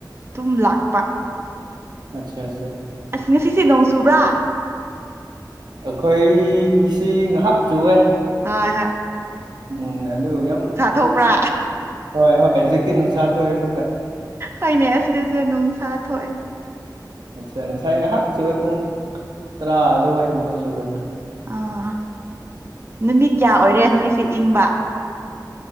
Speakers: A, on the right; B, on the right.
A: ꯇꯨꯝ ꯂꯥꯛꯄ
B: ꯑꯠꯁꯥ ꯑꯠꯁꯥ
A: ꯑꯁ ꯉꯁꯤꯁꯦ ꯅꯣꯡ ꯆꯨꯕ꯭ꯔꯥ
B: ꯑꯈꯣꯏꯒꯤꯁꯤ ꯉꯥꯍꯥꯛ ꯆꯨꯋꯦ
A: ꯍꯣꯏ ꯍꯥ
B: ꯎꯝ ꯑꯗꯨ ꯌꯥꯝ
A: ꯊꯣꯛꯄ꯭ꯔꯥ
B: ꯍꯣꯏ ꯍꯣꯏ ꯍꯧꯖꯤꯛꯇꯤ ꯅꯨꯡꯁꯥ ꯊꯣꯛꯑꯦ ꯑꯃꯨꯛꯀ
A: ꯍꯣꯏꯅꯦ ꯑꯁꯤꯗꯁꯨ ꯅꯨꯡꯁꯥ ꯊꯣꯑꯦ
B: ꯑꯠꯁꯥ ꯉꯁꯥꯏ ꯉꯥꯍꯥꯛ ꯆꯨꯋꯦ ꯄꯨꯡ ꯇꯔꯥ ꯑꯗꯨꯋꯥꯏ ꯀꯨꯝꯕꯗ ꯆꯨꯔꯝꯅꯤ
A: ꯑꯥ ꯅꯨꯃꯤꯠ ꯀꯌꯥ ꯑꯣꯏꯔꯦ ꯅꯣꯏꯁꯦ ꯏꯪꯕ